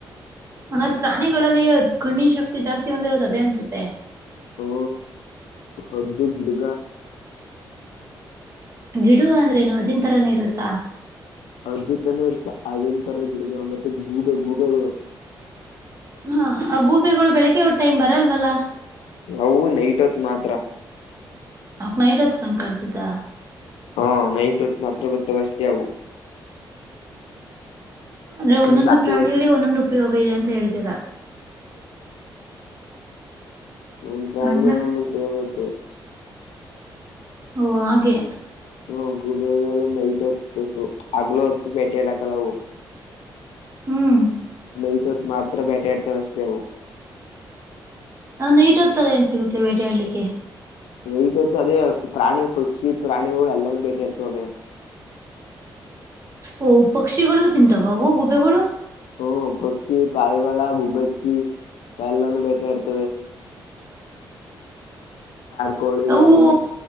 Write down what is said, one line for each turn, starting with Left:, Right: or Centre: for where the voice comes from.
Right: ಹಾಗಂಗಾದ್ರೆ ಪ್ರಾಣಿಗಳಲ್ಲಿ ಕ ಣ್ಣಿನ ಶಕ್ತಿ ಜಾಸ್ತಿ ಹೊಂದಿರೋದು ಅದೇ ಅನ್ಸುತ್ತೆ
Left: ಹ್ಞೂ ಹದ್ದು ಬಿಡ್ಗ
Right: ಗಿಡಗ ಅಂದ್ರೇನು ಹದ್ದಿನ ತರಾನೇ ಇರುತ್ತಾ
Left: ಹದ್ದು ತಾನೇ ಇರ್ತ ಅದೊಂಥರ ಗಿಡಗ ಮತ್ತೆ ಗೂಬೆ ಗೂಬೆಗಳು
Right: ಹಾ ಆ ಗೂಬಿಗಳು ಬೆಳಿಗ್ಗೆ ಒನ್ ಟೈಮ್ ಬರಲ್ವಲ್ಲಾ
Left: ನವು ನೈಟೊತ್ ಮಾತ್ರ
Right: ಅವಕ್ ನೈಟ್ ಹೊತ್ ಕಣ್ಣ ಕಾಣಸಿದ
Left: ಹಾ -ನೈಟ್ತ್ ಮಾತ್ರ ಬತ್ತ ಬಷ್ಟ ಅವು
Right: ಅಂದ್ರೆ ಒಂದೊಂದು
Left: ಇನ್ ಬಾಕಿ
Right: ಪ್ರಾಣಿಯಲ್ಲಿ
Left: ಹೊತ್ತು
Right: ಒಂದೊಂದು ಉಪಯೋಗ ಇದೆ ಅಂತ ಹೇಳ್ತಿರಾ.
Left: ಹ್ಮ್- ಪ್ರಾಣಿಗಳಲ್ಲಿ
Right: ಹಂಗ
Left: ಉಪಯೋಗ ಇತ್ತು
Right: ಓ -ಹಾಗೆ
Left: ಹ್ಮ -ಗುಬೆಗಳು ನೈಟ್ ಹತ್ತತ್ತು ಆಗ್ಲೂ ಹತ್ತು ಪೇಟೆ ಆಡಕಲ್ಲವು.
Right: ಹ್ಮ್
Left: ನೈಟೂತ್ತು ಮಾತ್ರ ಬೇಟೆ ಆಡ್ತವೆ ಅಷ್ಟೇ ಅವು.
Right: ಅ-ನೈಟ್ ಹೂತ್ತು ಏನ್ ಸಿಗುತ್ತೆ ಬೇಟೆ ಹಡ್ಲಿಕ್ಕೆ.
Left: ನೈಟ್ ಹೊತ್ತು ಅದೇ ಪ್ರಾಣಿ ಪಕ್ಷಿ ಪ್ರಾಣಿಗಳು ಎಲ್ಲಾನೂ ಬೇಟಿ ಇಡ್ತವೆ.
Right: ಓ- ಪಕ್ಷಿಗಳುನು ತಿಂತಾವ ಓ- ಗುಬೆಗಳು.
Left: ಹ್ಮ- ಪಕ್ಷಿ ಪಾರಿವಾಳ ಗುಬ್ಬಚ್ಚಿ ಎಲ್ಲಾನೂ ಬೇಟೆ ಆಡ್ತೇವೆ.
Right: <inaudible>
Left: ಕಾಡ್ ಕೋಳಿ
Right: ಅವು
Left: ಎಲ್ಲ